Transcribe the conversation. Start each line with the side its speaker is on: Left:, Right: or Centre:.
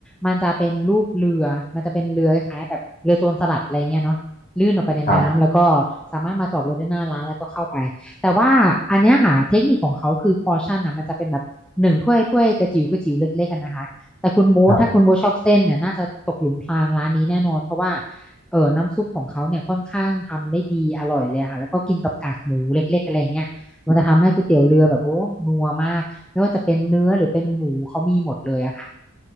Centre: มันจะเป็นรูปเรือมันจะเป็นเรือคล้ายๆแบบเรือโจรสลัดอะไรเงี้ยเนาะลื่นออกไปในน้ำแล้วก็สามารถมาจอดรถได้หน้าร้านแล้วก็เข้าไปแต่ว่าอันเนี้ยค่ะเทคนิคของเขาคือพอร์ชั่นนะมันจะเป็นแบบหนึ่งถ้วยถ้วยกระจิ๋วกระจิ๋วเล็กๆกันนะคะแต่คุณโบ๊ทถ้าคุณโบ๊ทชอบเส้นเนี่ยน่าจะตกหลุมพรางร้านนี้แน่นอนเพราะว่า
Left: ครับครับ
Centre: เออน้ำซุปของเขาเนี่ยค่อนข้างทำได้ดีอร่อยเลยค่ะแล้วก็กินกับกากหมูเล็กๆอะไรเงี้ยมันจะทำให้ก๋วยเตี๋ยวเรือแบบโอ้นัวมากไม่ว่าจะเป็นเนื้อหรือเป็นหมูเขามีหมดเลยอะค่ะ